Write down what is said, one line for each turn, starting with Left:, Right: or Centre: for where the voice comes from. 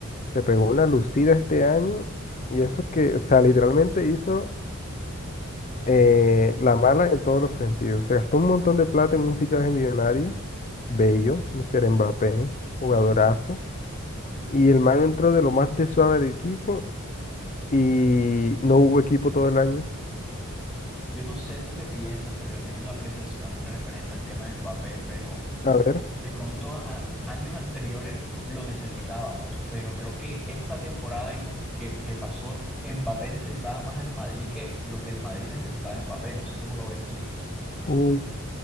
Left: se pegó una lucida este año y eso que, o sea, literalmente hizo eh, la mala en todos los sentidos. Se gastó un montón de plata en un fichaje millonario, bello, Mr. Mbappé, jugadorazo, y el man entró de lo más de suave del equipo y no hubo equipo todo el año.
Centre: Yo no sé tú qué piensas, pero yo tengo una apreciación referente al tema de Mbappé, pero
Left: A ver,
Centre: de pronto a, a años anteriores lo necesitábamos, pero creo que esta temporada en co- que, que pasó, Mbappé necesitaba más al Madrid que lo que el Madrid necesitaba a Mbappé. No sé cómo lo ves tú.
Left: uh,